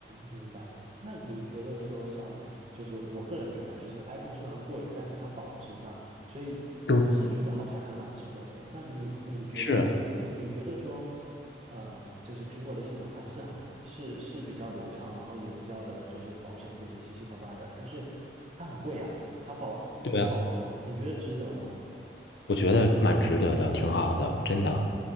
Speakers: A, on the right; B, on the left.
A: 明白。那你觉得说像，就是我个人觉得啊就是 iPhone 虽然贵，但是它保值嘛，所以我是觉得好像还蛮值得的。
B: 都
A: 那你你觉得呢？
B: 是，
A: 就是你觉得说，呃，就是苹果的系统它是很是是比较流畅，然后也比较的就是保险这些七七八八的，但是它很贵啊，它保它保值，
B: 对啊，
A: 你觉得值得吗？
B: 我觉得蛮值得的，挺好的，真的。